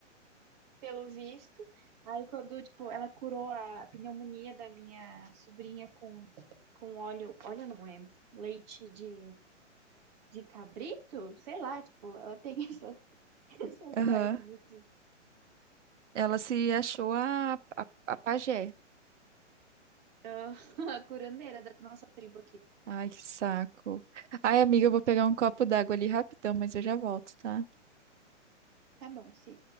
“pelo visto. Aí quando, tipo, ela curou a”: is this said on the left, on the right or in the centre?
Right